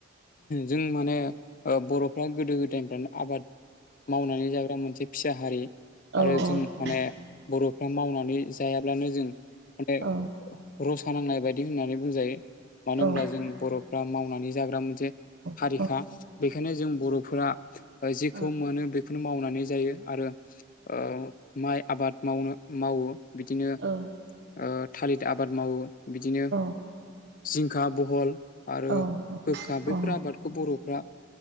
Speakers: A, on the left (about 45°); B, on the right (about 65°).
A: जों माने बर'फ्रा गोदो गोदायनिफ्रायनो आबाद मावनानै जाग्रा मोनसे फिसा हारि
B: औ
A: आरो
B: औ
A: जों
B: नोंथां
A: माने बर'फ्रा मावनानै जायाब्लानो जों माने
B: औ
A: रस खानांनाय बायदि होननानै बुंजायो मानो
B: औ
A: होनब्ला जों बर'फ्रा मावनानै जाग्रा मोनसे आरिखा
B: औ
A: बेखायनो जों बर'फोरा
B: औ
A: जेखौ
B: औ
A: मोनो बेखौनो मावनानै जायो आरो ओ माइ आबाद मावनो मावो बिदिनो ओ
B: औ
A: थालिर आबाद मावो बिदिनो
B: औ
A: जिंखा बहल
B: औ
A: आरो
B: औ
A: गोखा
B: औ
A: बेफोर
B: औ नोंथां औ नोंथां औ
A: आबादखौ बर'फ्रा